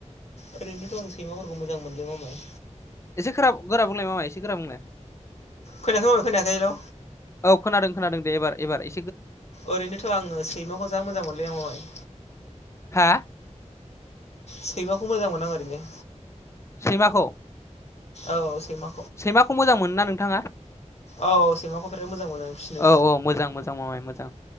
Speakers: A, on the left (about 60°); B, on the left (about 20°).
A: ओरैनोथ' आं सैमाफोरखौ मोजां मोनो मामाय।
B: एसे खोरा गोरा बुंलाय मामा एसे गोरा बुंलाय
A: खोनायाखै मामाप खोनायाखै हेलौ।
B: औ खोनादों खोनादों दे एबार-एबार ए
A: ओरैनोथ' आङो सैमाखौ जा मोजां मोनोलै मामाय
B: हा
A: सैमाखौ मोजां मोना आं ओरैनो
B: सैमाखौ
A: औ सैमा
B: सैमाखौ मोजां मोनो ना नोंथाङा?
A: औ-औ सैमाखौ बिराद मोजां मोनो आं फिसिनो
B: औ-औ मोजां-मोजां मामाय मोजां